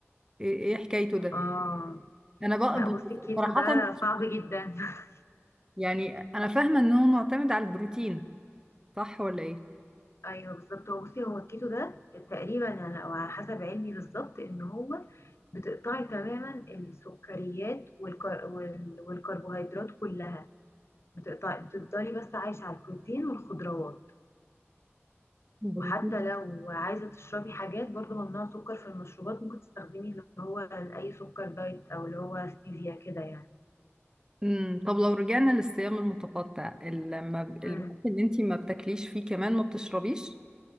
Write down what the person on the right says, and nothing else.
ايه إيه حكايته ده
انا بقى
ب-
صراحه
مش-
يعني انا فاهمه ان هو معتمد على البروتين صح ولا ايه
بروتين
امم طب لو رجعنا للصيام المتقطع ال- لما ب- الوقت
اللي انتي ما بتاكليش فيه كمان ما بتشربيش